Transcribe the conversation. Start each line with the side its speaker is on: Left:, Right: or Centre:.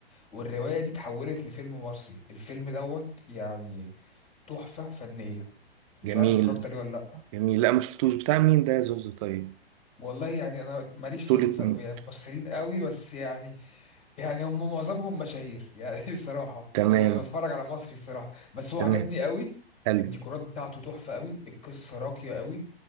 Left: والرواية دي اتحولت لفيلم مصري الفيلم دوت يعني تحفة فنية مش
Right: جميل
Left: عارف اتفرجت عليه ولا لا
Right: جميل لا ما شفتوش بتاع مين ده يا زوز طيب
Left: والله يعني انا ماليش
Right: بطولة
Left: في الف...
Right: مين؟
Left: يعني ممثلين قوي بس يعني يعني هم معظمهم مشاهير يعني <laughs> بصراحة
Right: تمام
Left: انا مش بتفرج على مصري بصراحة بس هو
Right: تمام
Left: عجبني قوي
Right: حلو
Left: الديكورات بتاعته تحفة قوي القصة راقية قوي